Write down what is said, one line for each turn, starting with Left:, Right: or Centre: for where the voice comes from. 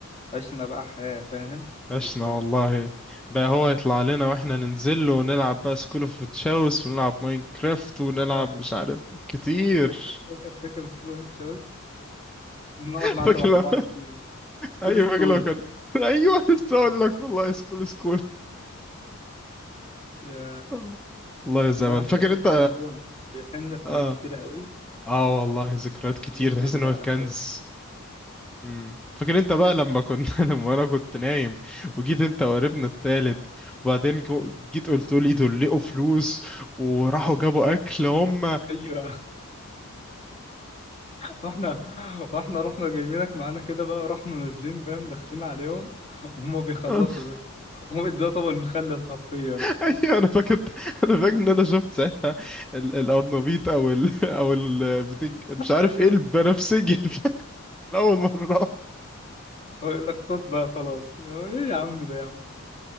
Left: عشنا بقى حياه فاهم
Centre: عشنا
Left: ذكريات
Centre: والله بقى هو يطلع لنا واحنا ننزل له ونلعب بقى سكول اوف تشاوس ونلعب ماينكرافت ونلعب
Left: يا
Centre: مش عارف كتير
Left: فاكر فاكر فاكر سكول اوف تشاوز نقعد
Centre: <laughs>
Left: نعلم
Centre: فاكر
Left: على
Centre: لو-
Left: بعض فيها سكول
Centre: ايوه
Left: سكول
Centre: فاكر لو كان <laughs> ايوه لسه اقول لك والله سكول سكول
Left: يا
Centre: <laughs> والله يا زمان
Left: الواحد
Centre: فاكر
Left: بيحس
Centre: انت
Left: ان هو بيحن لحاجات
Centre: اه
Left: كتيرة قوي
Centre: اه والله ذكريات كتير
Left: نص
Centre: تحس
Left: يرجع
Centre: ان هو
Left: لها
Centre: كنز
Left: بس
Centre: مم. فاكر انت بقى لما كنت <laughs> لما انا كنت نايم وجيت انت وقريبنا التالت وبعدين جو- جيت قلت لي دول لقوا فلوس وراحوا جابوا اكل هم
Left: ايوه واحنا واحنا رحنا جايبينك معانا كده بقى ورحنا نازلين فاهم داخلين عليهم وهم بيخلصوا
Centre: <laughs>
Left: هم ده طبق المخلل حرفيا
Centre: <laughs> ايوه انا فاكر انا فاكر ان انا شفت ساعتها ال- الارنبيط او ال... او ال... بتنج- مش عارف
Left: ايوه
Centre: ايه البنفسجي <laughs> اول مره
Left: هو يقول لك خد بقى خلاص هو ايه يا عم ده يا عم